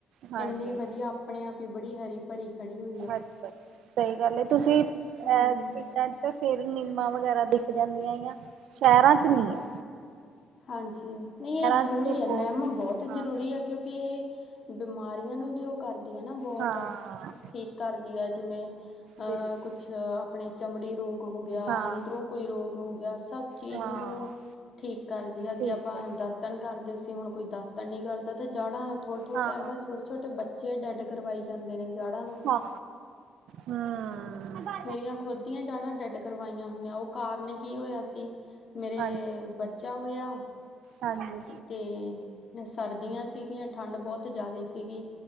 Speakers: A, on the right; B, on the left.
A: ਹਾਂਜੀ
B: ਇੰਨੀ ਵਧੀਆ ਆਪਣੇ ਆਪ ਹੀ ਬੜੀ ਹਰੀ ਭਰੀ ਖੜੀ ਹੋ
A: ਅੱਛਾ! ਸਈ ਗੱਲ ਏ, ਤੁਸੀਂ
B: ਹੂੰ
A: ਐ <unintelligible> ਫਿਰ ਨਿੰਮਾਂ ਵਗੈਰਾ ਦਿਖ ਜਾਂਦੀਆਂ ਯਾ, ਸ਼ੈਰਾਂ ਚ ਨੀ ਐ।
B: ਹਾਂਜੀ! ਨੀਂ ਐ ਜਰੂਰੀ
A: ਚ ਤੇ
B: ਐ ਹੈ
A: ਬਹੁਤ
B: ਨਿੰਮ ਬੌਤ ਜ਼ਰੂਰੀ
A: ਹਾਂ
B: ਐ ਕਿਉਂਕਿ ਏ ਬਿਮਾਰੀਆਂ ਨੂੰ ਵੀ ਓ ਕਰਦੀ ਐ ਨਾ ਬੋਤ,
A: ਹਾਂ
B: ਠੀਕ ਕਰਦੀ ਆ ਜਿਵੇਂ। ਅ
A: ਬਿਲਕੁਲ
B: ਕੁਛ ਆਪਣੇ ਚਮੜੀ ਰੋਗ ਹੋ ਗਿਆ,
A: ਹਾਂ
B: ਅੰਦਰੋਂ ਕੋਈ ਰੋਗ ਹੋ ਗਿਆ ਸਭ ਚੀਜ਼
A: ਹਾਂ
B: ਨੂੰ ਠੀਕ ਕਰਦੀ ਆ, ਜੇ
A: ਠੀਕ
B: ਆਪਾਂ
A: ਹੈ
B: ਦਾ ਤਣ ਕਰਦੇ ਸੀ, ਹੁਣ ਕੋਈ ਦਾਤਣ ਨੀ ਕਰਦਾ ਤੇ ਜਾੜਾਂ ਥੋੜੇ-ਥੋੜੇ
A: ਹਾਂ
B: ਟਾਈਮ ਵਾਦ ਛੋਟ ਛੋਟੇ ਬੱਚੇ ਡੈਡ ਕਰਵਾਈ ਜਾਂਦੇ ਨੇ ਜਾੜਾਂ ਨੂੰ।
A: ਹਾਂ, ਹੂੰ।
B: ਮੇਰੀਆਂ ਖੁਦ ਦੀਆਂ ਜਾੜਾਂ ਡੈਡ ਕਰਵਾਈਆਂ ਹੋਈਆਂ, ਓ ਕਾਰਨ ਕੀ ਹੋਇਆ ਸੀ ਮੇਰੇ
A: ਹਾਂਜੀ
B: ਬੱਚਾ ਹੋਇਆ
A: ਹਾਂਜੀ
B: ਤੇ ਸਰਦੀਆਂ ਸੀਗੀਆਂ, ਠੰਡ ਬੋਤ ਜਾਦੇ ਸੀ ਸੀਗੀ